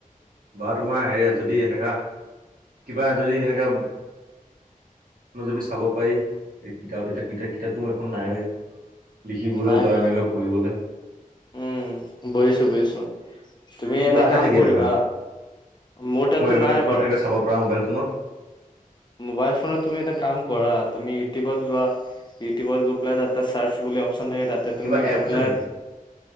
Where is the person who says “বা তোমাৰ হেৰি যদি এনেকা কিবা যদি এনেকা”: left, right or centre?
Right